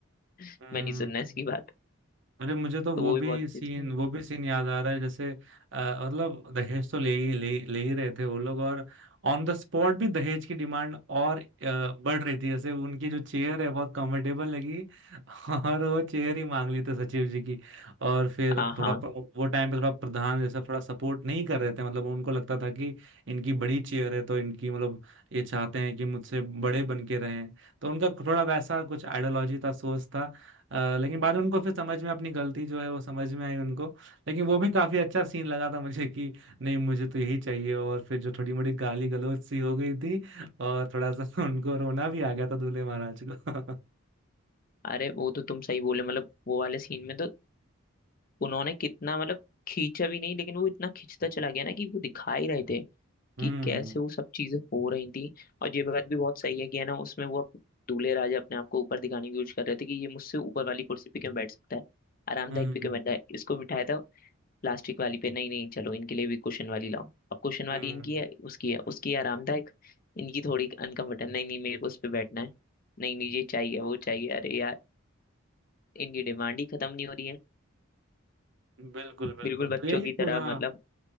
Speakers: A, on the left; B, on the right.
A: <laughs>
B: हम्म,
A: मैं नहीं सुनना इसकी बात
B: अरे मुझे तो
A: तो
B: वो
A: वो
B: भी
A: भी बहुत
B: सीन
A: अच्छी बात-
B: वो भी सीन याद आ रहा है जैसे अ, मतलब दहेज तो ले ही ले, ही- ले ही रहे थे वो लोग और ऑन द स्पॉट भी दहेज की डिमांड और अ, बढ़ रही थी जैसे उनकी जो चेयर है बहुत कंफर्टेबल लगी और वो चेयर ही मांग ली थी सचिव जी की और फिर
A: हाँ
B: थोड़ा
A: हाँ
B: प- वो टाइम पे थोड़ा प्रधान जैसा थोड़ा सपोर्ट नहीं कर रहे थे मतलब उनको लगता था कि इनकी बड़ी चेयर है तो इनकी मतलब ये चाहते हैं कि मुझसे बड़े बन के रहें तो उनका थोड़ा वैसा कुछ आइडियोलॉजी था सोच था अ, लेकिन बाद में उनको फिर समझ में अपनी गलती जो है वो समझ में आई उनको लेकिन वो भी काफी अच्छा सीन लगा था मुझे कि नहीं मुझे तो यही चाहिए और फिर जो थोड़ी मोड़ी गाली गलौज सी हो गई थी और थोड़ा सा <laughs> उनको रोना भी आ गया था दूल्हे महाराज को
A: अरे वो तो तुम सही बोले मतलब वो वाले सीन में तो उन्होंने कितना मतलब खींचा भी नहीं लेकिन वो इतना खींचता चला गया ना कि वो दिखा ही रहे थे
B: <laughs> हम्म
A: कि कैसे वो सब चीजें हो रही थी और ये बात भी बहुत सही है कि है ना उसमें वो अप- दूल्हे राजा अपने आप को ऊपर दिखाने की कोशिश कर रहे थे कि ये मुझसे ऊपर वाली कुर्सी पे क्यों बैठ सकता है आरामदायक
B: हम्म
A: पे क्यों बैठा है इसको बिठाया था प्लास्टिक वाली पे नहीं नहीं चलो इनके लिए भी कुशन वाली लाओ अब कुशन वाली
B: हम्म
A: इनकी है उसकी है उसकी है आरामदायक इनकी थोड़ी अनकंफर्टेबल नहीं नहीं मेरे को उस पे बैठना है नहीं नहीं ये चाहिए वो चाहिए अरे यार इनकी डिमांड ही खत्म नहीं हो रही है
B: बिल्कुल बिल्कुल
A: बिल्कुल बच्चों
B: तो यही
A: की तरह
B: पूरा हाँ,
A: मतलब